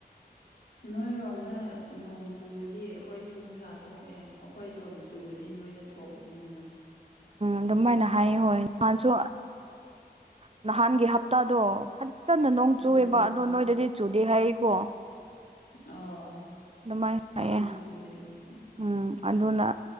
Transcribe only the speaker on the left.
ꯅꯣꯏꯔꯣꯝꯅ ꯅꯣꯡ ꯆꯨꯔꯗꯤ ꯑꯩꯈꯣꯏꯗꯤ ꯅꯨꯡꯁꯥ ꯊꯣꯛꯑꯦ ꯑꯩꯈꯣꯏꯔꯣꯝ ꯆꯨꯔꯗꯤ ꯅꯣꯏꯗ ꯊꯣꯛꯄ ꯈꯨꯟꯅ ꯑꯃ
ꯎꯝ
ꯑꯣ꯫
ꯄꯥꯛꯅ
ꯆꯨꯗꯦꯕ ꯑꯩꯈꯣꯏ